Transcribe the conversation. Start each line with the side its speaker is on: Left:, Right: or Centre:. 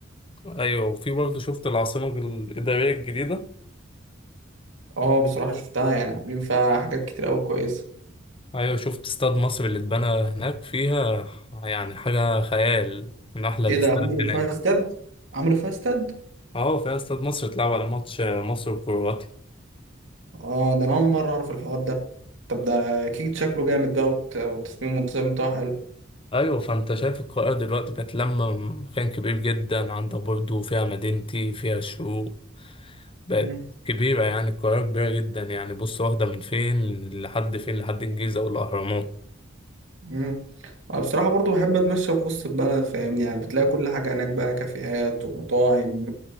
Left: أيوة وفي برضو شفت العاصمة الإدارية الجديدة
Right: اه بصراحة شفتها يعني عاملين فيها حاجات كتير أوي كويسة
Left: ايوه شفت استاد مصر اللي اتبنى هناك فيها يعني حاجة خيال من احلى
Right: ايه
Left: الاستاد
Right: ده عملوا
Left: هناك
Right: فيها استاد؟ عملوا فيها استاد؟
Left: اه فيها استاد مصر اتلعب على ماتش مصر وكرواتيا
Right: اه ده أنا أول مرة أعرف الحوار ده طب ده أكيد شكله جامد بقى والت- والتصميم والديزاين بتاعه حلو
Left: ايوه فانت شايف القاهرة دلوقتي بقت لما مكان كبير جدا عندك برضو فيها مدينتي فيها الشروق بقت
Right: مم.
Left: كبيرة يعني القاهرة كبيرة جدا يعني بص واخدة من فين لحد فين لحد الجيزة والأهرامات
Right: مم. أنا بصراحة برضو بحب أتمشى في وسط البلد فاهمني يعني بتلاقي كل حاجة هناك بقى كافيهات ومطاعم